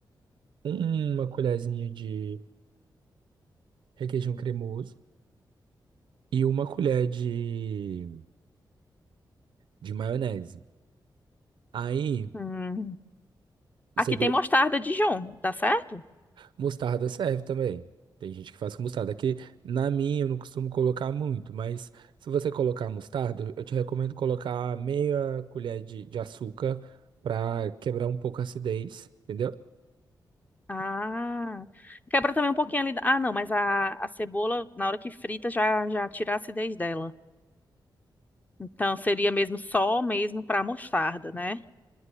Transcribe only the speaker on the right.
uma colherzinha de requeijão cremoso e uma colher de, de maionese. Aí,
você
de...
mostarda serve também. Tem gente que faz com mostarda. Aqui, na minha, eu não costumo colocar muito, mas se você colocar mostarda, eu te recomendo colocar meia colher de, de açúcar para quebrar um pouco a acidez, entendeu?